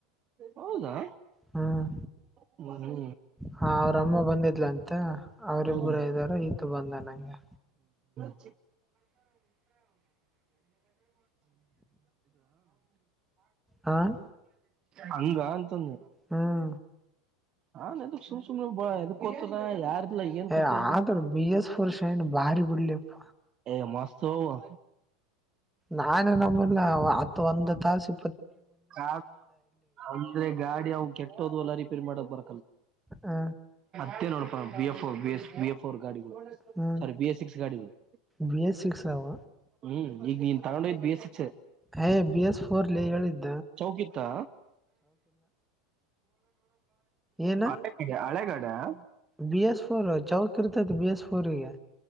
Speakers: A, on the right; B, in the centre.
A: ಹೌದಾ
B: ಹ್ಮ್
A: ಹ್ಮ್ ಹ್ಮ್
B: ಹ ಅವರಮ್ಮ ಬಂದಿದ್ಲ ಅಂತ ಮತ್ತ ಅವರಿಬ್ಬರ
A: ಹ್ಮ್
B: ಇದ್ದಾರ ಈತ್ತು ಬಂದ ನಂಗೆ
A: <inaudible>
B: ಹಾಂ
A: ಹಂಗ ಅಂತಂದು <inaudible>
B: ಹ್ಞೂ
A: ಹಾದು ಸುಮ್ ಸುಮ್ನೆ ಎದಕ್ತರ ಯಾರ ಏನ್
B: ಏ
A: ಕಥೆಯಲ್ಲಿ
B: ಆದ್ರ
A: <inaudible>
B: ಬಿ ಎಸ್
A: ಎಲ್ಲಾ
B: ಫೋರ್ ಶೈನ್ ಬಾರಿ ಬಿಡ್ಲಿಪ್ಪ
A: ಅಮಾವಾಸ್ಯೆ ಶೋಭಾ
B: ನಾನೇ ನೊಮ್ಮಲ್ಲ ಹತ್ತು ಒಂದ ಕಾಸು
A: ಕ್ರ ಅಂದ್ರೆ ಗಾಡಿ ಅವ ಕೆಟ್ಟೋದ್ವಲ್ಲರಿೀ <inaudible> ಸರಿ ಮಾಡಕ್ಕೆ ಬರ
B: ಹ
A: ಅದೇ ನೋಡಪ ಬಿಫ್ ಸ್ಫ್ ರ್ ಗಾಡಿ
B: ಹ್ಮ್
A: ಸಾರಿ ಬಿ ಎ ಸಿಕ್ಸ್ ಗಾಡಿಗಳುಗಳು
B: ಬಿ ಎಸ್ ಸಿಕ್ಸ್ ಅವ
A: ಹ್ಮ್ ಈಗ ತಕೊಂಡು ಹೋಗಿದ್ದು ಬಿ ಎಸ್ ಸಿ
B: ಹೇ ಬಿ ಎಸ್ ಫೋರ್ಲಿ ಹೇಳಿದ್ದು
A: ಚೌಕಿತ್ತಾ
B: ಏನ
A: ಹಳಗಡೆ ಹಳೆಗಡೆ <inaudible>
B: ಬಿ ಎಸ್ ಫೋರ್ ಚೌಕ ಇರ್ತೈತಿ ಬಿ ಎಸ್ ಫೋರ್ಗೆ